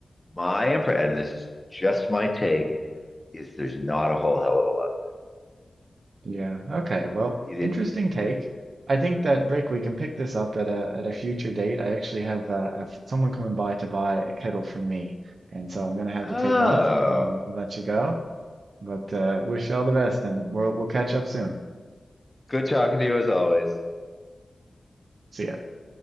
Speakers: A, on the left; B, on the right.
A: my impression, and this is just my take is there's not a whole hell of a lot.
B: Yeah. Okay. Well,
A: It,
B: interesting
A: it
B: take. I think that Rick, we can pick this up at a at a future date. I actually have uh, a- someone coming by to buy a kettle from me, and so I'm gonna have
A: oh,
B: to take off. Um, let you go, but uh, wish you all the best, and we'll we'll catch up soon.
A: good talking to you as always.
B: See ya.